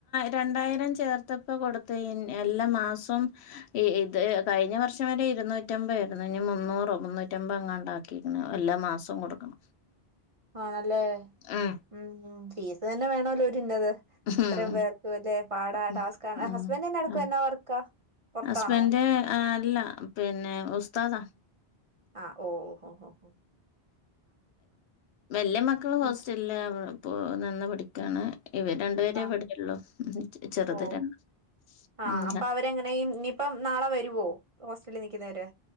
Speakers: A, on the left; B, on the right.
A: രണ്ടായിരം ചേർത്തപ്പ കൊടുത്ത എല്ലാ മാസവും ഈ ഇത് കഴിഞ്ഞ വർഷം വരെ ഇരുന്നൂറ്റമ്പ ആയിരുന്നു ഇ മുന്നൂറോ മുന്നൂറ്റ <unintelligible> ഉണ്ടാക്കി എല്ലാ മാസം കൊടുക്കണം
B: ആണല്ലേ
A: ഉം
B: ഉം ഫീസ് തന്നെ വേണല്ലോ ഒരിന്നത് ഇത്രയും
A: ഉം
B: പേർക്കും ഇതെ പാടാ
A: ഉം
B: ടാസ്ക് ഹസ്ബൻഡ തന്നെ എടുക്കും
A: ഉം.
B: എന്നാ വർക്കാ പുറത്താണോ
A: ഹസ്ബൻഡ് ആ അല്ല പിന്നെ ഉസ്താദാ
B: ആ ഓ ഓ ഓ ഓ ഹ
A: വലിയ മക്കള് ഹോസ്റ്റലില്
B: ഉം
A: ഇപ്പോ നിന്ന് പഠിക്കാണ് ഇവ രണ്ടു പേരെ
B: ആ
A: എവിടെയള്ളു ചെറുത്
B: ഓ
A: രണ്ട്
B: ആ
A: ഉം
B: അപ്പൊ അവരെങ്ങനെ ഇനിയിപ്പ നാളെ വരുവോ ഹോസ്റ്റലിൽ നിൽിക്കുന്നവരെ